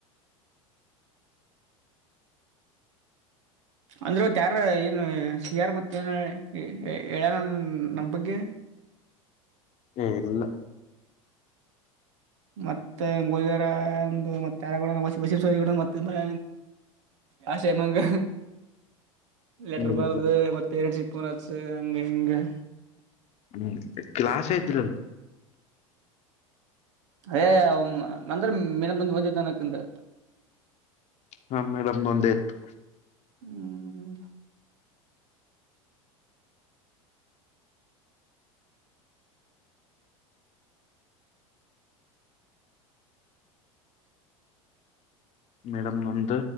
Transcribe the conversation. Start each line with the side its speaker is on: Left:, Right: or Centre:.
Right: ಅಂದ್ರತ್ತ ಯಾರ ಏನು ಸಿ ಯಾರ್ ಮತ್ತೆ ಏನ ಹೇಳ್ಯಾನ ನಮ್ಮ್ ಬಗ್ಗೆ
Left: ಏ ಇಲ್ಲ
Right: ಮತ್ತೆ ಹೋಗಿಯಾರ ಮತ್ತೆ ಯಾರ ಬಸ ಮತ್ತ ಮಳ
Left: ಹ
Right: ಆಶೆ ಮಂಗ ಲೆಟರ್
Left: ಇಲ್ಲಿಲ್ಲ
Right: ಬರ್ದು ಮತ್ ಪೇರೆಂಟ್ಸ್ ಇನ್ ಸ ಹಂಗೆ ಹಿಗೆ
Left: ಹ್ಮ್ ಕ್ಲಾಸ್ ಆಯ್ತ್ರಿ
Right: ೇ ಅವ ಅಂದರ ಮೇಡಮ್ ಮುಂದ ವೈತೇತನಿಕ್ಕಿಂದು
Left: ಹಾ ಮೇಡಮ್ ನೊಂದಾಯತ್ತು
Right: ಹ್ಮ್
Left: ಮೇಡಮ್ ನಮ್ದ